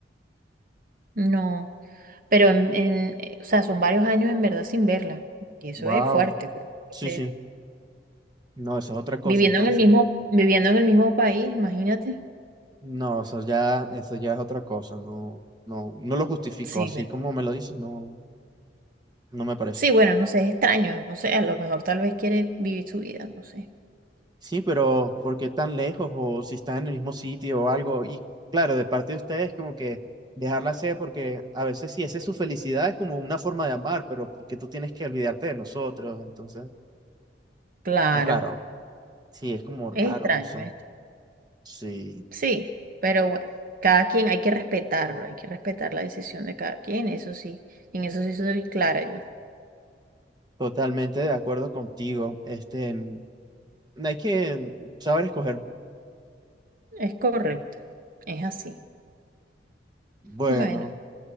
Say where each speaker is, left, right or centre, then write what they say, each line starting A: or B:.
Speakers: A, on the right; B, on the right.
A: no, pero en, en, eh, o sea, son varios años en verdad sin verla y eso
B: Wow,
A: es fuerte, porque
B: sí,
A: o sea,
B: sí. No, eso es otra cosa,
A: viviendo
B: entonces.
A: en el mismo, viviendo en el mismo país, imagínate.
B: No, eso ya, eso ya es otra cosa, no, no, no lo justifico,
A: Sí,
B: así
A: bueno.
B: como me lo dices, no, no me parece.
A: Sí, bueno, no sé, es extraño, no sé, a lo mejor tal vez quiere vivir su vida, no sé.
B: Sí, pero ¿por qué tan lejos? O si están en el mismo sitio o algo, y claro, de parte de ustedes como que dejarla sea, porque a veces sí, esa es su felicidad, es como una forma de amar, pero ¿por qué tú tienes que olvidarte de nosotros? Entonces,
A: Claro,
B: es raro, sí, es como raro,
A: es extraño,
B: no sé.
A: es extraño.
B: Sí,
A: Sí, pero bueno, cada quien hay que respetarlo, hay que respetar la decisión de cada quien, eso sí, en eso sí soy clara yo.
B: totalmente de acuerdo contigo, este, no hay que saber escoger,
A: Es correcto, es así.
B: bueno.
A: Bueno,